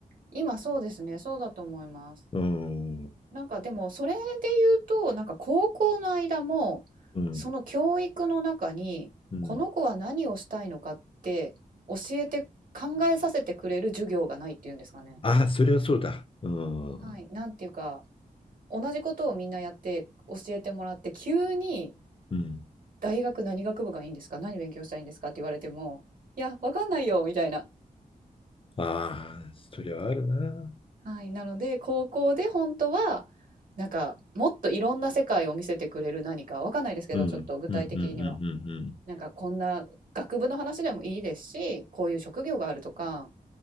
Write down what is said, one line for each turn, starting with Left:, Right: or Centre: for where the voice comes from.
Right: 今そうですね。そうだと思います。
Left: うん
Right: なんかでもそれで言うとなんか高校の間もその教育の中にこの子は何をしたいのかって教えて考えさせてくれる授業がないっていうんですかね。
Left: うんうんあそれはそうだ。うん
Right: はい、なんていうか同じことをみんなやって教えてもらって急に
Left: うん
Right: 大学何学部がいいんですか何勉強したいいんですかって言われてもいやわかんないよみたいな。
Left: ああそれはあるな。
Right: はい、なので高校で本当はなんかもっといろんな世界を見せてくれる何かわかんないですけどちょっと具体的には。
Left: うんうんうんうんうんうん
Right: なんかこんな学部の話でもいいですし、こういう職業があるとか、